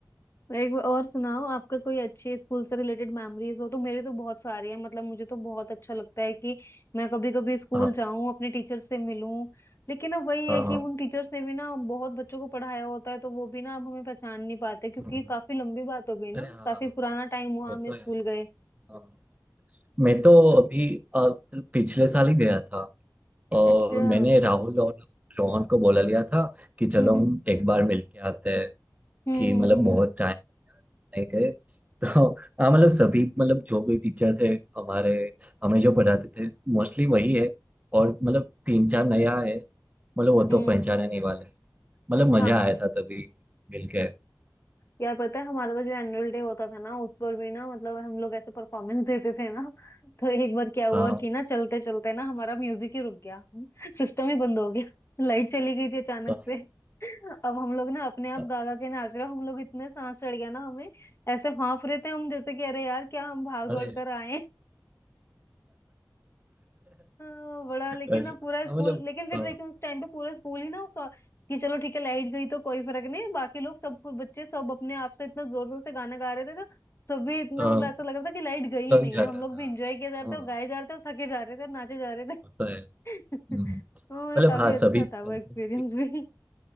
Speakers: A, on the left; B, on the right.
A: एक बार और सुनाओ आपका कोई अच्छे स्कूल से रिलेटेड मेमोरीज हो तो मेरे तो बहुत सारे हैं मतलब मुझे तो बहुत अच्छा लगता है कि मैं कभी कभी स्कूल
B: हाँ
A: जाऊं अपने टीचर से मिलूं लेकिन अब वही
B: हाँ
A: है कि
B: हाँ
A: उन टीचर्स ने भी ना बहुत बच्चों को पढ़ाया होता है तो वो भी ना अब हमें पहचान नहीं पाते क्योंकि
B: हम्म।
A: काफी लंबी बात हो गई ना
B: अरे हाँ
A: काफी पुराना टाइम हुआ
B: वो
A: हमें
B: तो
A: स्कूल
B: है
A: गए
B: हाँ। मैं तो अभी अ, पिछले साल ही गया था और
A: अच्छा
B: मैंने
A: हम्म
B: राहुल और रोहन को बोला लिया था कि चलो
A: हम्म
B: हम एक बार मिल के आते हैं
A: हम्म
B: कि
A: हम्म
B: मतलब
A: हम्म
B: बहुत नहीं गए तो हाँ मतलब सभी मतलब जो भी टीचर थे हमारे हमें जो पढ़ाते थे मोस्टली वही है और मतलब तीन चार नया है मतलब वो
A: हम्म,
B: तो पहचाने नहीं वाले मतलब मजा
A: हाँ
B: आया था तभी मिलके
A: यार पता है हमारा तो जो एनुअल डे होता था ना उस पर भी ना मतलब हम लोग ऐसे परफॉर्मेंस देते थे ना तो एक बार क्या हुआ
B: हाँ हाँ
A: कि ना चलते चलते ना हमारा म्यूजिक ही रुक गया सिस्टम ही बंद हो गया लाइट चली गई थी अचानक
B: हाँ,
A: से अब हम लोग ना अपने आप
B: हाँ,
A: गागा के नाच रहे हम लोग इतने सांस चढ़ गया ना हमें ऐसे हाँफ रहे थे हम जैसे कि अरे यार क्या हम भाग दौड़
B: अरे
A: कर आए हैं। हाँ, बड़ा लेकिन
B: अच्छा
A: ना पूरा स्कूल
B: हाँ, मतलब
A: लेकिन फिर
B: अ,
A: लेकिन उस टाइम पे पूरा स्कूल ही ना उस कि चलो ठीक है लाइट गई तो कोई फर्क नहीं बाकी लोग सब कुछ बच्चे सब अपने आप से इतना जोर जोर से गाना गा रहे थे तो सब भी इतना
B: अ,
A: मतलब ऐसा लग रहा था कि लाइट गई ही
B: लग
A: नहीं
B: जाता
A: है हम लोग
B: था
A: भी इंजॉय किया जा रहा
B: हाँ
A: था और गाए जा रहे थे और थके जा रहे थे और नाचे जा रहे थे
B: होता है
A: <laughs>
B: हम्म,
A: तो
B: मतलब
A: काफी
B: हाँ
A: अच्छा
B: सभी
A: था वो
B: फंक्शन
A: एक्सपीरियंस भी